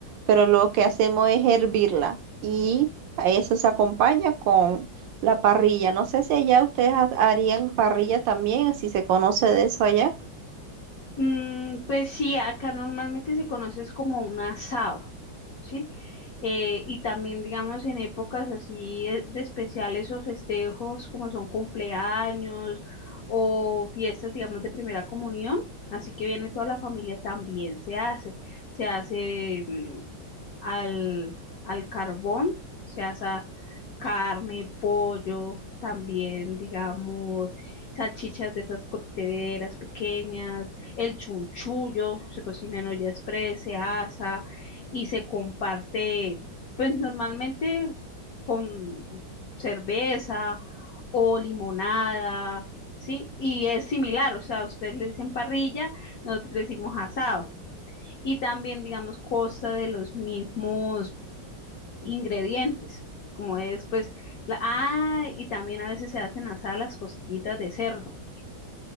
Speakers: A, on the right; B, on the left.
A: pero lo que hacemos es hervirla y a eso se acompaña con la parrilla. No sé si allá ustedes ha- harían parrilla también, si se conoce de eso allá.
B: Mm, pues sí, acá normalmente se conoce es como un asado, ¿sí? Eh, y también, digamos, en épocas así eh, de especiales o festejos como son cumpleaños o fiestas, digamos, de primera comunión, así que viene toda la familia también se hace, se hace mm, al, al carbón, se hace carne, pollo, también, digamos, salchichas de esas cocteleras pequeñas el chunchullo se cocina en olla express, se asa y se comparte, pues normalmente con cerveza o limonada, ¿sí? Y es similar, o sea, ustedes le dicen parrilla, nosotros le decimos asado. Y también, digamos, consta de los mismos ingredientes, como es, pues, la, ah, y también a veces se hacen asadas las costillitas de cerdo.